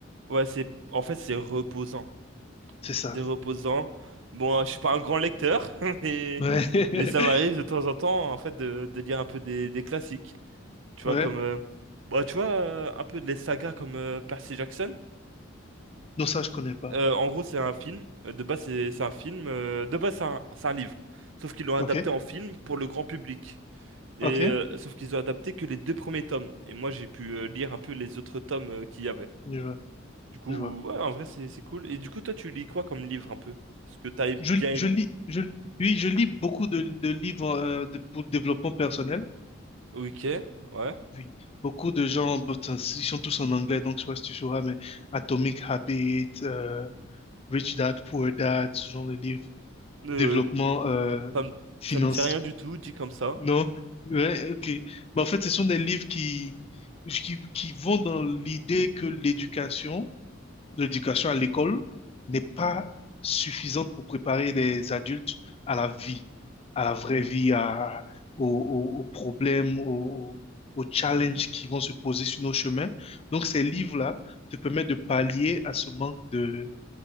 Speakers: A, on the right; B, on the left.
A: Ouais, c'est en fait c'est reposant.
B: C'est ça.
A: C'est reposant. Bon, je suis pas un grand lecteur, <laughs> mais
B: Ouais. <laughs>
A: mais ça m'arrive de temps en temps en fait de, de lire un peu des, des classiques. Tu vois,
B: Ouais.
A: comme. euh, bah, tu vois, euh, un peu de les sagas comme euh, Percy Jackson.
B: Non, ça, je connais pas.
A: Euh, en gros, c'est un film. Euh, De base, c'est c'est un film. euh, de base, c'est un, c'est un livre. Sauf qu'ils l'ont adapté
B: OK.
A: en film pour le grand public. Et
B: OK.
A: euh, sauf qu'ils ont adapté que les deux premiers tomes. Et moi, j'ai pu euh, lire un peu les autres tomes euh, qu'il y avait.
B: Je vois.
A: Du coup,
B: Je vois.
A: ouais, en vrai, c'est c'est cool. Et du coup, toi, tu lis quoi comme livre un peu? Ce que t'as bien
B: Je,
A: aimé.
B: je lis, je, oui, je lis beaucoup de, de livres euh, de- pour développement personnel.
A: Ok, ouais.
B: Oui, beaucoup de gens, but, euh, ils sont tous en anglais, donc je sais pas si tu sauras, mais Atomic Habits, euh, Rich Dad, Poor Dad, ce genre de livres,
A: Euh,
B: développement, euh,
A: ça me,
B: finance,
A: ça me dit rien du tout, dit comme ça.
B: non? Ouais, ok. Mais en fait, ce sont des livres qui, qui, qui vont dans l'idée que l'éducation, l'éducation
A: Ok.
B: à l'école n'est pas suffisante pour préparer les adultes à la vie, à la vraie vie, à, aux, aux- aux problèmes, aux, aux challenges qui vont se poser sur nos chemins. Donc, ces livres-là te permettent de pallier à ce manque de,